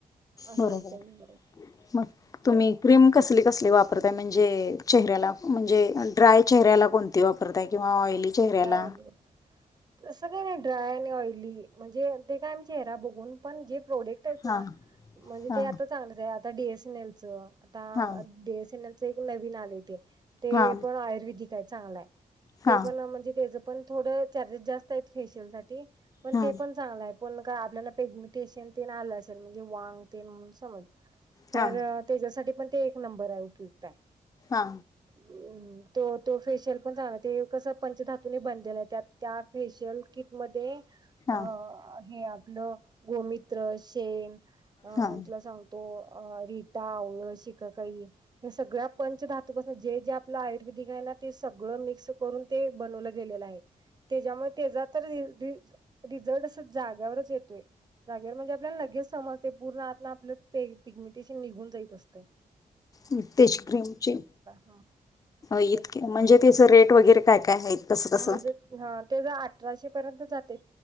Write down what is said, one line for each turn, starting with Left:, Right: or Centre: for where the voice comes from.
Right: असं
Left: बरोबर
Right: असते
Left: आहे,
Right: मी
Left: मग तुम्ही
Right: ते
Left: क्रीम कसली कसली वापरताय, म्हणजे चेहऱ्याला म्हणजे ड्राय चेहऱ्याला कोण ती वापरताय किंवा ऑइली? चेहऱ्याला
Right: ड्राय, ऑयली, तस काय नाही ड्राय आणि ऑइली म्हणजे ते काय आम्ही चेहरा बघून पण जे प्रोडक्ट आहेत ना,
Left: हा
Right: म्हणजे
Left: हा
Right: ते आता चांगलच आहे, आता डीएसएनएलच आता
Left: हा
Right: डीएसएनएल च एक नवीन आलय ते ते
Left: हा
Right: पण आयुर्वेदिक आहे, चांगला आहे
Left: हा
Right: ते पण अ म्हणजे म्हणजे तेच पण थोडं चार्जेस जास्त आहेत फेशियल साठी, पण
Left: हा
Right: ते पण चांगल आहे. पण का आपल्याला पेगमिटेशन आलं असेल म्हणजे वांग तेण म्हणून समज तर!
Left: हा
Right: त्याच्यासाठी पण ते एक नंबर आहे उपयुक्त आहे.
Left: हा,
Right: म्म तो तो फेशियल पण चाला ते कस? पंचधातूननी बांधलेला हाय त्या त्या फेशियल किटमध्ये?
Left: हा
Right: हे आपलं गोमित्र शेन अ
Left: हा
Right: तुला सांग, तो रीता आवळ शिककाई हे सगळ्या पंचधा, जे जे आपलं आयुर्वेदिक आहे ना ते सगळं मिक्स करून! बनवलेलं गेलेलं आहे त्याच्यामुळे तेजा तर ही दीस, रिझल्ट असं जागावरच येतोय! जागेवर म्हणजे आपल्याला लगेच समजते पूर्ण आत आपलं पिगमिटेशन निघून जायत असतय?
Left: इ तेच क्रीमचे
Right: हा
Left: इतके,
Right: ते
Left: म्हणजे तिचं रेट वगैरे काय काय आहेत? कसं
Right: म्हणजे
Left: कसं
Right: हा तेज अठराशे पर्यंत जाते